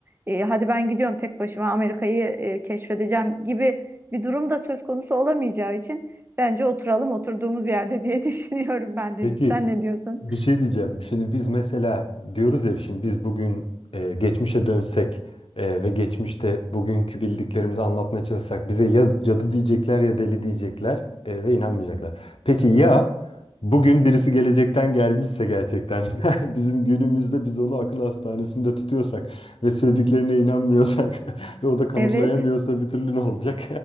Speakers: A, on the right; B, on the left.
A: e, hadi ben gidiyorum tek başıma Amerika'yı e, keşfedeceğim gibi bir durum da söz konusu olamayacağı için Bence oturalım oturduğumuz yerde diye <laughs> düşünüyorum ben Deniz.
B: Peki
A: Sen ne diyorsun?
B: Bir şey diyeceğim. Şimdi biz mesela diyoruz ya şimdi biz bugün e, geçmişe dönsek e, ve geçmişte bugünkü bildiklerimizi anlatmaya çalışsak bize ya cadı diyecekler ya deli diyecekler e, ve inanmayacaklar. Peki ya bugün birisi gelecekten gelmişse gerçekten <laughs> bizim günümüzde biz onu akıl hastanesinde tutuyorsak ve söylediklerine inanmıyorsak <laughs> ve o da kanıtlayamıyorsa
A: Evet.
B: bir türlü ne olacak?